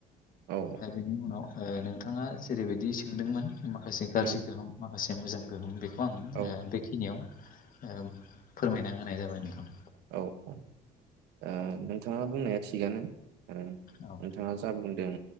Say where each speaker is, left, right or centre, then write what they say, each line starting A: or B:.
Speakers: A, on the right (about 85°); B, on the left (about 55°).
A: औ।
B: दा बेनि उनाव ओ नोंथाङा जेरै बायदि सोंदोंमोन माखासे गाज्रि
A: उम
B: गोहोम माखासे मोजां गोहोम, बेखौ आं
A: औ
B: बेखि खिनियाव ओ फोरमायना होनाय जाबाय नोंथां।
A: औ औ ओ नोंथाङा बुंनाया थिगानो ओ
B: औ
A: नोंथाङा जा बुंदों